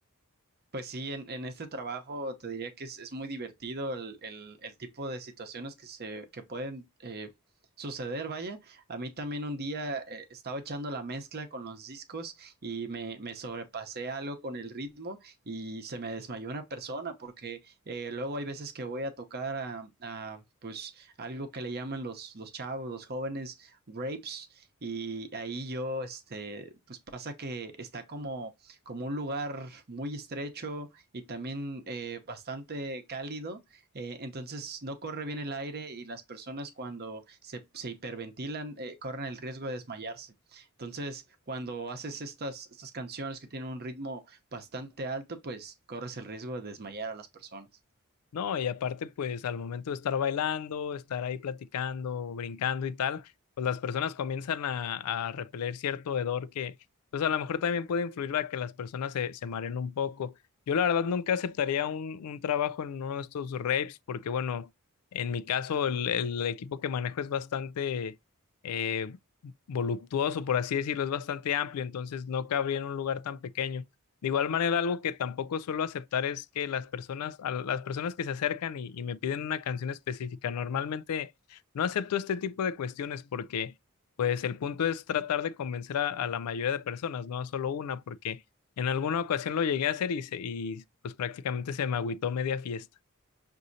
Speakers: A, on the right; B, on the left.
A: Pues sí, en, en este trabajo te diría que es, es muy divertido el, el- el tipo de situaciones que se que pueden eh, suceder, vaya. A mí también un día eh, estaba echando la mezcla con los discos y me, me sobrepasé algo con el ritmo y se me desmayó una persona porque eh, luego hay veces que voy a tocar a, a, pues algo que le llaman los, los chavos, los jóvenes, rapes. Y ahí yo, este, pues pasa que está como como un lugar muy estrecho y también eh, bastante cálido, eh, entonces no corre bien el aire y las personas cuando se, se hiperventilan eh, corren el riesgo de desmayarse. Entonces, cuando haces estas, estas canciones que tienen un ritmo bastante alto, pues corres el riesgo de desmayar a las personas.
B: No, y aparte, pues al momento de estar bailando, estar ahí platicando, brincando y tal, pues las personas comienzan a, a repeler cierto hedor que, pues a lo mejor también puede influir a que las personas se, se mareen un poco. Yo la verdad nunca aceptaría un, un trabajo en uno de estos rapes porque, bueno, en mi caso el, el equipo que manejo es bastante eh, voluptuoso, por así decirlo, es bastante amplio, entonces no cabría en un lugar tan pequeño. De igual manera, algo que tampoco suelo aceptar es que las personas, a las personas que se acercan y, y me piden una canción específica, normalmente no acepto este tipo de cuestiones porque, pues, el punto es tratar de convencer a, a la mayoría de personas, no a solo una, porque en alguna ocasión lo llegué a hacer y, se- y pues prácticamente se me agüitó media fiesta.